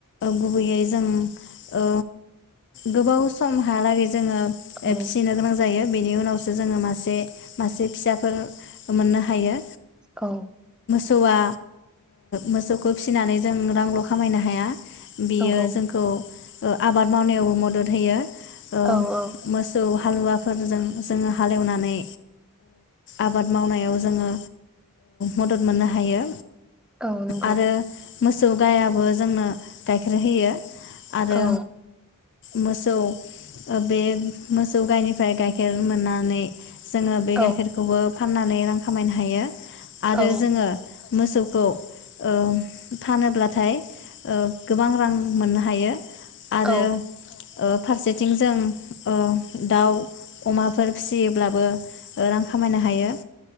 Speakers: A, on the left; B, in the centre.
A: गुबैयै जों ओ गोबाव समहालागै। जोङो फिसिनो
B: औ
A: गोनां जायो। बेनि उनावसो जोङो मासे मासे फिसाफोर मोननो हायो
B: औ।
A: थवा मोसौखौ फिसिनानै जों रांल खामायनो हाया। बियो
B: नंगौ
A: जोंखौ आबाद मावनायाव म मदद होयो ओ
B: औ औ
A: मोसौ हालुवाफोरजों जोङो हालेवनानै आबाद मावनायाव जोङो मदद मोननो हायो।
B: औ नोंगौ
A: आरो मोसौ गायाबो जोंनो गाइखेर होयो। आरो
B: औ
A: मोसौ बे मोसौ गायनिफ्राय गाइखेर मोननानै जोङो बे
B: औ
A: गाइखेरखौबो फाननानै रां खामायनो हायो। आरो
B: औ
A: जोङो मोसौ द‌ ओ फानोब्लाथाय ओ गोबां रां मोननो हायो। आरो
B: औ
A: ओ फारसेथिं जों दाउ ओ अमाफोर फिसियोब्लाबो। रां खामायनो हायो।